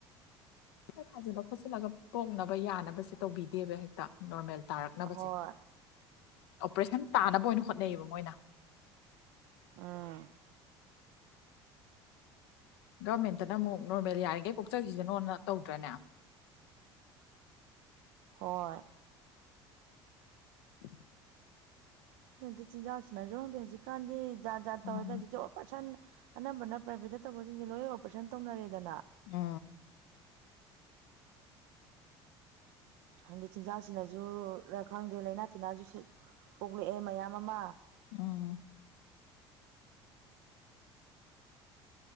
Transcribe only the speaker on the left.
ꯊꯥꯖꯤꯜꯂ ꯈꯣꯠꯆꯜꯂꯒ ꯄꯣꯛꯅꯕ ꯌꯥꯅꯕꯁꯦ ꯇꯧꯕꯤꯗꯦꯕ ꯍꯥꯏ ꯅꯣꯔꯃꯦꯜ ꯇꯥꯔꯛꯅꯕꯁꯦ
ꯑꯣꯄꯔꯦꯁꯟ ꯇꯥꯅꯕ ꯑꯣꯏꯅ ꯍꯣꯠꯅꯩꯌꯦꯕ ꯃꯣꯏꯅ
ꯒꯚꯃꯦꯟꯇꯅ ꯑꯃꯨꯛ ꯅꯣꯔꯃꯦꯜ ꯌꯥꯔꯤꯈꯩ ꯄꯣꯛꯆꯈꯤꯁꯤꯅꯣꯅ ꯇꯧꯗ꯭ꯔꯅꯦ <unintelligible>
<unintelligible>
ꯎꯝ
ꯑ <inaudible>
ꯎꯥ